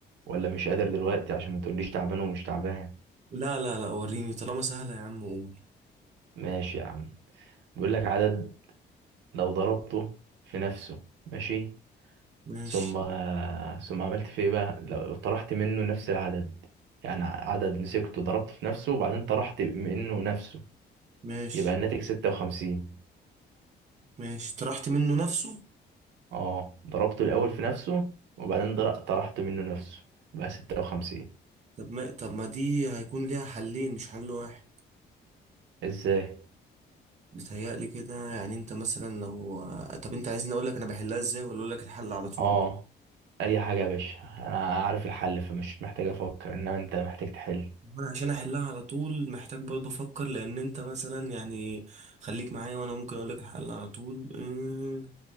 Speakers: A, on the right; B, on the right.
A: ولا مش قادر دلوقتي عشان ما تقوليش تعبان ومش تعبان
B: لا لا لا وريني طالما سهلة يا عم قول.
A: ماشي يا عم بيقول لك عدد لو ضربته في نفسه ماشي
B: ماشي
A: ثم ثم عملت في ايه بقى لو طرحت منه نفس العدد يعني عدد مسكته ضربته في نفسه وبعدين طرحت منه نفسه
B: ماشي
A: يبقى الناتج 56
B: ماشي طرحت منه نفسه؟
A: اه ضربته الاول في نفسه وبعدين در- طرحت منه نفسه بقى 56
B: طب ما طب ما دي هيكون ليها حلين مش حل واحد
A: ازاي
B: بيتهيألي كده يعني انت مثلا لو طب انت عايزني اقول لك انا بحلها ازاي ولا اقول لك الحل على طول
A: اه اي حاجه يا باشا انا عارف الحل فمش محتاج افكر انما انت محتاج تحل
B: انا عشان احلها على طول محتاج برضه افكر لان انت مثلا يعني خليك معايا وانا ممكن اقول لك الحل على طول أمم،